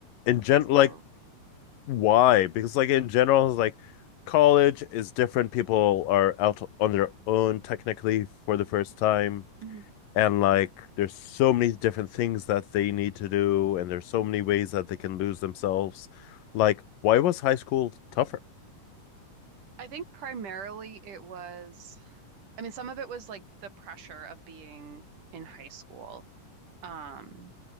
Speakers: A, on the left; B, on the right.
A: In gen
B: high school.
A: like why? Because like in general, it's like college is different. People are out on their own technically for the first time.
B: hmm
A: and like there's so many different things that they need to do and there's so many ways that they can lose themselves like why was high school tougher
B: I think primarily it was, I mean, some of it was like the pressure of being in high school. Um,